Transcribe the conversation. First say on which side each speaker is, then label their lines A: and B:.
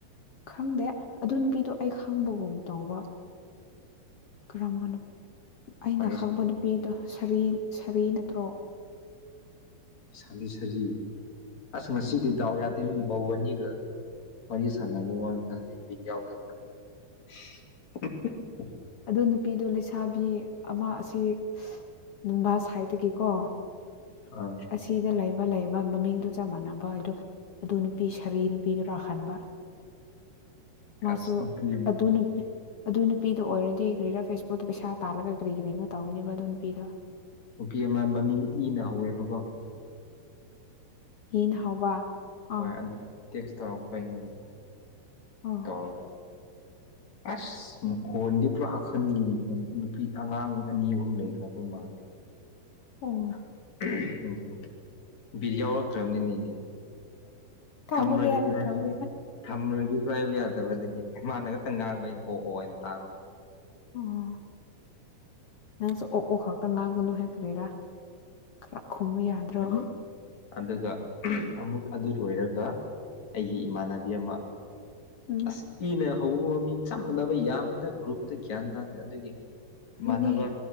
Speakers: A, on the left; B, on the left.
A: ꯈꯪꯗꯦ ꯑꯗꯨ ꯅꯨꯄꯤꯗꯣ ꯑꯩ ꯈꯪꯕꯒꯨꯝ ꯇꯧꯕ ꯀꯔꯝꯕꯅꯣ ꯑꯩꯅ
B: ꯋꯥꯔꯤ
A: ꯈꯪꯕ ꯅꯨꯄꯤꯗꯣ ꯁꯥꯔꯤ ꯁꯥꯔꯤ ꯅꯠꯇ꯭ꯔꯣ
B: ꯁꯥꯕꯤ ꯁꯥꯕꯤ ꯑꯁ ꯉꯁꯤꯗꯤ ꯗꯥꯎ ꯌꯥꯗꯦ ꯃꯧ ꯑꯅꯤ ꯋꯥꯔꯤꯒꯤ ꯁꯥꯟꯅꯕ ꯋꯥꯅꯤꯗ ꯑꯩ ꯕꯤꯠ ꯌꯥꯎꯗ <inaudible>
A: ꯑꯗꯨ ꯅꯨꯄꯤꯗꯣ ꯂꯩꯁꯥꯕꯤ ꯑꯃ ꯑꯁꯤ ꯅꯨꯡꯕꯥ ꯁꯥꯏꯠꯇꯒꯤꯀꯣ
B: ꯑꯥ
A: ꯑꯁꯤꯗ ꯂꯩꯕ ꯂꯩꯕ ꯃꯃꯤꯡꯗꯣ ꯆꯞ ꯃꯥꯟꯅꯕ ꯍꯥꯏꯗꯣ ꯑꯗꯨ ꯅꯨ ꯅꯨꯄꯤ ꯁꯥꯔꯤ ꯅꯨꯄꯤꯗꯨꯅ ꯍꯟꯕ ꯃꯥꯁꯨ
B: ꯑꯁ ꯅꯨꯄꯤ ꯑꯃ
A: ꯑꯗꯨ ꯅꯨꯄꯤ ꯑꯗꯨ ꯅꯨꯄꯤꯗꯣ ꯑꯣꯏꯔꯗꯤ ꯀꯒ꯭ꯔꯤꯔꯥ ꯐꯦꯁꯕꯨꯛꯇ ꯄꯩꯁꯥ ꯇꯥꯜꯂꯒ ꯀ꯭ꯔꯤ ꯀꯔꯤꯅꯣ ꯇꯧꯕꯅꯦꯕ ꯑꯗꯨ ꯅꯨꯄꯤꯗꯣ
B: ꯅꯨꯄꯤ ꯑꯃ ꯃꯃꯤꯡ ꯏꯅ ꯍꯧꯋꯦꯕꯀꯣ
A: ꯍꯤꯅ ꯍꯧꯕ
B: ꯍꯣꯏ
A: ꯑꯥ
B: ꯑꯗꯨꯒ ꯇꯦꯛꯁ ꯇꯧꯔꯛꯄ ꯑꯩꯉꯣꯟꯗ
A: ꯑꯥ
B: <unintelligible> ꯑꯁ ꯃꯈꯣꯟꯗꯤ ꯄꯨꯔꯥ ꯑꯍꯟꯒꯤ ꯃꯈꯣꯟ ꯅꯨꯄꯤ ꯑꯉꯥꯡ ꯑꯅꯤ ꯑꯍꯨꯝ ꯂꯩꯈ꯭ꯔꯕ ꯃꯥꯜꯂꯦ
A: ꯑꯣ
B: ꯑꯗꯨ ꯕꯤꯠ ꯌꯥꯎꯔꯛꯇ꯭ꯔꯕꯅꯤꯅꯦ ꯑꯩꯗꯤ
A: ꯊꯝꯃꯒꯦ
B: ꯊꯝꯔꯒꯦ
A: ꯍꯥꯏꯅ
B: ꯁꯨ ꯍꯥꯏꯗꯦ
A: ꯊꯝꯕ
B: ꯊꯝꯔꯒꯦꯁꯨ ꯍꯥꯏꯕ ꯌꯥꯗꯦ <unintelligible> ꯃꯥꯅ ꯈꯛꯇꯪ ꯉꯥꯡꯕ ꯑꯩꯅ ꯑꯣꯑꯣꯅ ꯇꯥꯕ
A: ꯑꯣ ꯅꯪꯁꯨ ꯑꯣ ꯑꯣ ꯈꯛꯇ ꯉꯥꯡꯒꯅꯨ ꯀꯔꯤꯔ ꯈꯔ ꯈꯨꯝꯃꯨ ꯌꯥꯗ꯭ꯔꯣ
B: ꯑꯗꯨꯒ ꯑꯗꯨꯒ ꯑꯃꯨꯛ ꯑꯗꯨ ꯂꯣꯏꯔꯒ ꯑꯩꯒꯤ ꯏꯃꯥꯟꯅꯕꯤ ꯑꯃ
A: ꯎꯝ
B: ꯑꯁ ꯏꯅ ꯍꯧꯕ ꯃꯃꯤꯡ ꯆꯞ ꯃꯥꯟꯅꯕ ꯌꯥꯝꯃꯤꯗ ꯒ꯭ꯔꯨꯞꯇ ꯒ꯭ꯌꯥꯟ ꯇꯥꯗꯦ ꯑꯗꯨꯒꯤ
A: ꯑꯗꯨꯅꯦ
B: ꯏꯃꯥꯟꯅꯕ